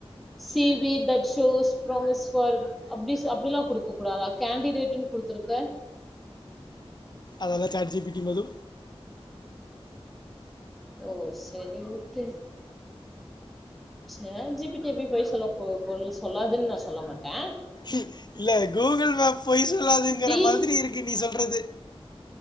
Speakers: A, in the centre; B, on the left (about 45°).
A: C V that shows promise for அப்டிஸ் அப்டிலா குடுக்க கூடாதா கேண்டிடேட்டுன் குடுத்துருக்க
B: அதெல்லா சாட் ஜி பி டி மது
A: ஓ செரி முத்து சாட் ஜி பி டி எப்டி பொய் சொல்ல போத் சொல்லு சொல்லாதுன் நா சொல்ல மாட்டே
B: இல்ல கூகுள் மேப் பொய் சொல்லாதுங்கற
A: டி
B: மாதிரி இருக்கு நீ சொல்றது